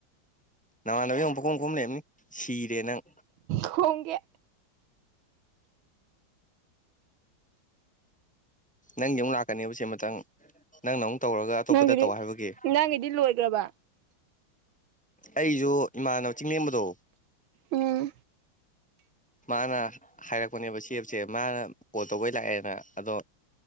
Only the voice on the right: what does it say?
ꯈꫭꯝꯒꯦ꯫
ꯅꯪꯒꯤꯗꯤ
ꯅꯪꯒꯤꯗꯤ ꯂꯣꯏꯈ꯭ꯔꯕ
ꯎꯝ